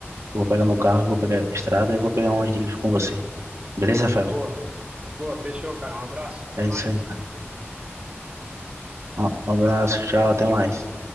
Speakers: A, on the right; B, on the right.
A: Eu vou pegar
B: Sim.
A: meu carro, eu vou pegar a estrada e vou pegar umas dicas com você. Beleza, Rafael?
B: Boa, boa, fechou, cara. Um abraço, até
A: É
B: mais.
A: isso aí. Um abraço, tchau, até mais.